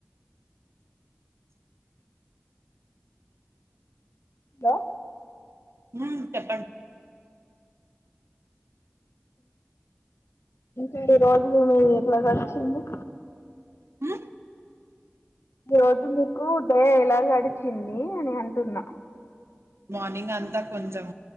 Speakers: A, on the left; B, on the right.
A: లో
B: ఊ చెప్పండి
A: ఇంకా ఈ రోజులు నువ్వు ఎట్లా గడిచింది
B: హ
A: ఈ రోజు మీకు డే ఎలా గడిచింది అని అంటున్నా
B: మార్నింగ్ అంతా కొంచెం